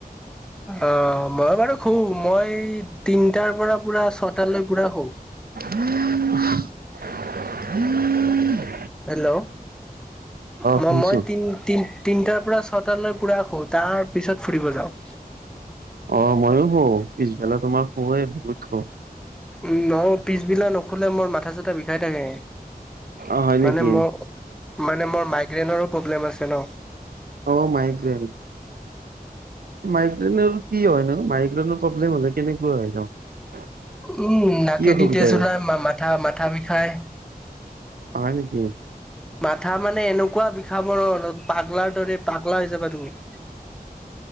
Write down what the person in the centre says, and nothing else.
অহ ', মই বাৰু শুম মই তিনটাৰ পৰা পুৰা ছটালৈ পুৰা শুৱ।
হেল্ল', ম
মই তি- তি তিনিটাৰ পৰা ছটালৈ পুৰা শুম তাৰ পিছত ফুৰিব যাওঁ।
উম, নহয় পিছবেলা নুখোলে মোৰ মাথা চাথা বিষাই থাকে।
মানে মোৰ - মানে মোৰ মাইকি গ্ৰেইনৰো প্ৰব্লেম আছে ন।
উম, নাকেদি
তেজ
ওলাই মাথা- মাথা বিষ খায়।
মাথা মানে এনেকুৱা বিষাব ন পাগলাৰ দৰে পাগলা হৈ যাবা তুমি।